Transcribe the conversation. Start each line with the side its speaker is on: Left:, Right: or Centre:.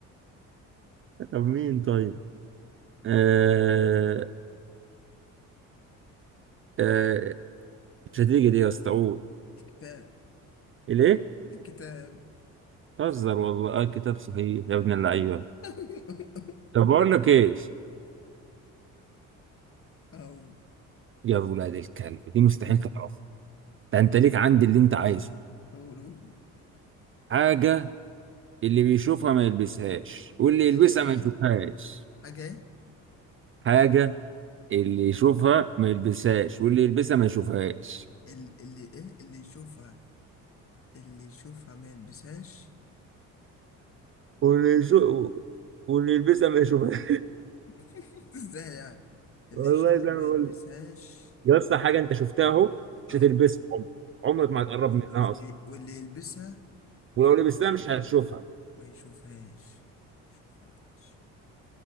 Right: طب مين طيب؟ آه... آه... مش هتيجي دي يا اسطى قول
Left: كتاب
Right: ليه؟
Left: الكتاب
Right: هزر والله اه كتاب صحيح يا ابن اللعيبة
Left: <laughs>
Right: طب بقول لك ايش؟
Left: اهو
Right: يا ولاد الكلب دي مستحيل تعرفها ده انت ليك عندي اللي انت عايزه
Left: قولوا
Right: حاجة اللي بيشوفها ما يلبسهاش واللي
Left: ايه
Right: يلبسها
Left: ايه
Right: ما
Left: ايه
Right: يشوفهاش
Left: حاجة ايه
Right: حاجة اللي يشوفها ما يلبسهاش واللي يلبسها ما يشوفهاش
Left: ال- اللي ايه اللي يشوفها اللي يشوفها ما يلبسهاش
Right: ونشو واللي يلبسها ما يشوفها
Left: <laughs> ازاي يعني
Right: <laughs>
Left: اللي
Right: والله
Left: يشوفها
Right: زي
Left: ما
Right: ما بقول
Left: يلبسهاش
Right: يا اسطى حاجه انت شفتها اهو
Left: اه
Right: مش هتلبسها عمرك عمرك ما هتقرب
Left: وال-
Right: منها
Left: واللي
Right: اصلا
Left: واللي يلبسها
Right: ولو لبستها مش هتشوفها
Left: ما يشوفهاش يشوفهاش